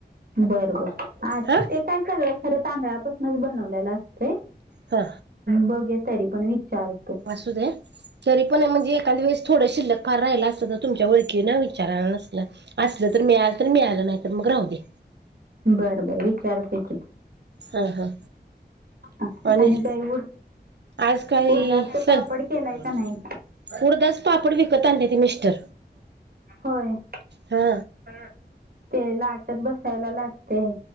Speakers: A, on the right; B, on the right.
A: बर बर आ
B: हा
A: ते काय सगळ खरं तांदळापासूनच बनवलेलं असतय.
B: हा
A: बघूया तरी पण विचार
B: असू दे? तरी पण म्हणजे एखाद वेळेस थोडं शिल्लक फार राहिल असत तर तुमच्या ओळखींन विचाराल. नसलं असलं तर मिळालं तर मिळालं. नाही, तर मग राहू द्या.
A: बर बर विचारते की.
B: हा हा
A: आ,
B: आणि?
A: काही उड
B: आज काही
A: उडदाचं
B: सग
A: पापड केलाय का नाही
B: उडदाच पापड विकत आणतेत मिस्टर.
A: होय.
B: हा.
A: ह ते लाटत बसायला लागतय.